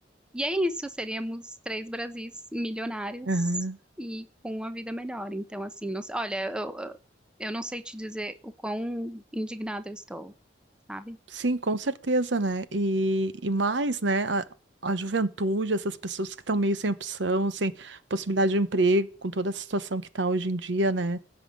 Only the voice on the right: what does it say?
aham.
Sim, com certeza, né? E, e mais, né? A, a juventude, essas pessoas que estão meio sem opção, sem possibilidade de emprego, com toda a situação que está hoje em dia, né?